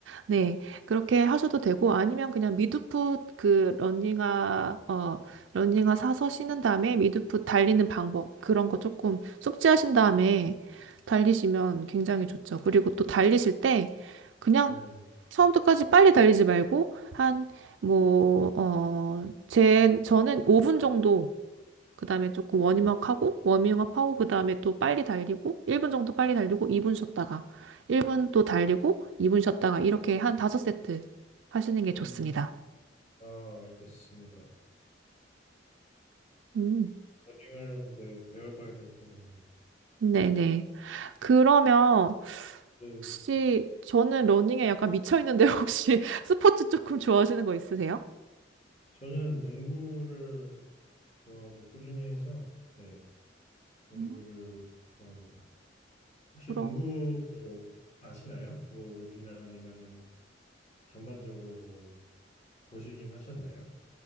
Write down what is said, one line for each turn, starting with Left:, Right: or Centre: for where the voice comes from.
Right: 네, 그렇게 하셔도 되고 아니면 그냥 미드풋 그 러닝화 어 러닝화 사서 신은 다음에 미드풋 달리는 방법 그런 거 조금 숙지하신 다음에 달리시면 굉장히 좋죠. 그리고 또 달리실 때 그냥
Left: 네.
Right: 처음부터까지 빨리 달리지 말고 한 뭐 어 제 저는 5분 정도 그다음에 조금 워밍업 하고 워밍업 하고 그다음에 또 빨리 달리고 1분 정도 빨리 달리고 2분 쉬었다가 1분 또 달리고 2분 쉬었다가 이렇게 한 5세트 하시는 게 좋습니다.
Left: 음, 아, 알겠습니다.
Right: 음.
Left: 러닝을, 네, 배워봐야 될 것 같네요.
Right: 네네. 그러면
Left: 네,
Right: 혹시 저는 러닝에 약간 미쳐 있는데 <laughs> 혹시 스포츠 조금 좋아하시는 거 있으세요?
Left: 저는 농구를 좋아하고 꾸준히 해서, 네, 농구를
Right: 음.
Left: 좋아합니다. 혹시
Right: 그럼
Left: 농구 뭐 아시나요? 뭐 룰이나 아니면은 전반적으로 뭐 보시긴 하셨나요?